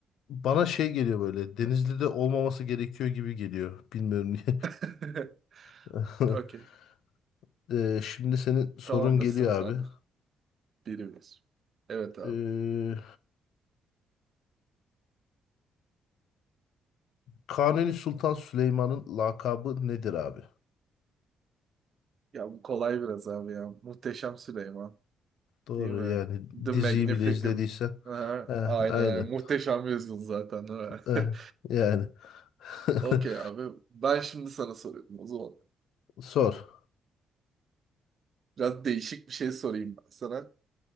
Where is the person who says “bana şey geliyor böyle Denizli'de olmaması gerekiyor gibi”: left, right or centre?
Left